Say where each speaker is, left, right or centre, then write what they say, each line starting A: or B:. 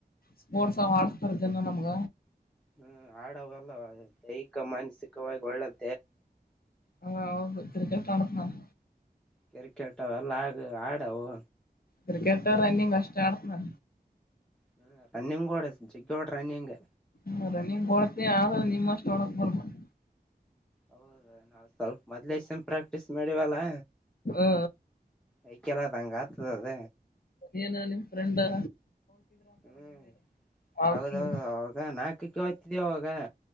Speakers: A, on the left (about 65°); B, in the centre.
A: ಸ್ಪೋರ್ಟ್ಸ್ ಅವ ಆಡ್ಸ್ತಾರ ದಿನ್ನಾ ನಮ್ಗ
B: ಹ್ಮ್ ಆಡವೆಲ್ಲ ದೈಹಿಕ ಮಾನಸಿಕವಾಗಿ ಒಳ್ಳೇದ್
A: ಹಾ ಹೌದ ಕ್ರಿಕೆಟ್ ಕರ್ದ್ಣ್
B: ಕ್ರಿಕೆಟ್ ಅವೆಲ್ಲ ಆಗ ಆಡವು
A: ಕ್ರಿಕಟ್ ರನ್ನಿಂಗ್ ಅಷ್ಟಾಡ್ತ್ನ
B: ಹ್ಮ ರನ್ನಿಂಗ್ ಒಡ ಜೀಗ್ಗಟ ರನ್ನಿಂಗ್
A: ಹ ರನ್ನಿಂಗ್ ಓಡ್ತಿ ಆದ್ರ ನಿಮ್ಮಷ್ಟು ಓಡಾಕ್ ಬರಬೇಕಲ್ಲ
B: ಹೌದ ನಾ ಸ್ವಲ್ಪ ಮೊದ್ಲೇಶೇನ ಪ್ರಾಕ್ಟೀಸ್ ಮಾಡಿವಲ್ಲಾ
A: ಹಾ
B: ಕೈ ಕೆಲ್ಲ ಹಂಗ ಆತದ ಅದ
A: ಏನ ನಿಮ್ ಫ್ರೆಂಡಾ
B: ಹ್ಮ್
A: ವಾಕಿಂಗ್
B: ಹೌದೌಹೌದು ಅವಾಗ ನಾಲ್ಕಕ್ಕೆ ಎಳ್ತಿದ್ವಿ ಅವಾಗ